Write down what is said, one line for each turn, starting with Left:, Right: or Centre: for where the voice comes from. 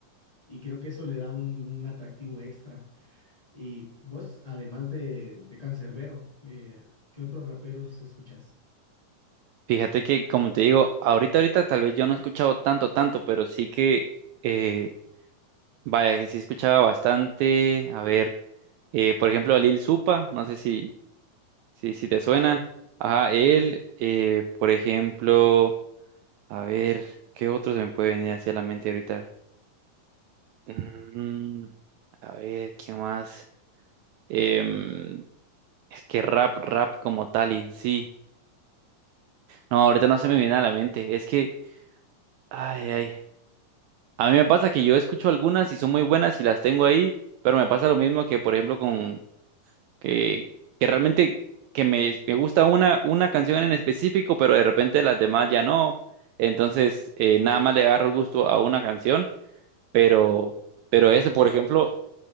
Left: y creo que eso le da un, un atractivo extra. Y vos, además de, de Canserbero, eh, ¿qué otros raperos escuchás?
Right: Fíjate que, como te digo, ahorita, ahorita tal vez yo no he escuchado tanto, tanto, pero sí que, eh, vaya, que sí escuchaba bastante. A ver, eh, por ejemplo, a Lil Supa, no sé si, si, si te suena.
Left: Claro,
Right: Ajá, él,
Left: claro.
Right: eh, por ejemplo, a ver, ¿qué otro se me puede venir hacia la mente ahorita? Mm, a ver, ¿quién más? Em, es que rap, rap como tal en sí. No, ahorita no se me viene a la mente. Es que, ay, ay. A mí me pasa que yo escucho algunas y son muy buenas y las tengo ahí, pero me pasa lo mismo que, por ejemplo, con que, que realmente que me, me gusta una, una canción en específico, pero de repente las demás ya no. Entonces, eh, nada más le agarro gusto a una canción, pero, pero ese, por ejemplo,